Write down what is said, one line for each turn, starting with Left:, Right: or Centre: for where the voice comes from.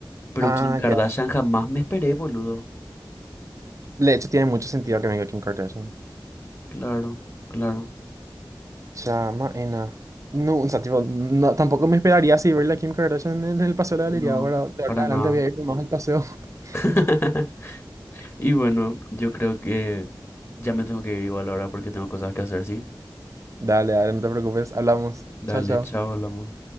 Left: Pero
Right: Ah,
Left: Kim Kardashian
Right: ya.
Left: jamás me esperé, boludo.
Right: De hecho, tiene mucho sentido que venga Kim Kardashian.
Left: Claro, claro.
Right: Chamaena. No, o sea, tipo, no, tampoco me esperaría así verla a Kim Kardashian en el paseo de la
Left: No,
Right: galería. Ahora, de ahora
Left: para
Right: en adelante
Left: nada.
Right: voy a irme más al paseo. <laughs>
Left: <laughs> Y bueno, yo creo que ya me tengo que ir igual ahora porque tengo cosas que hacer, ¿sí?
Right: Dale, dale, no te preocupes. Hablamos.
Left: Dale,
Right: Chao, chao.
Left: chao, hablamos.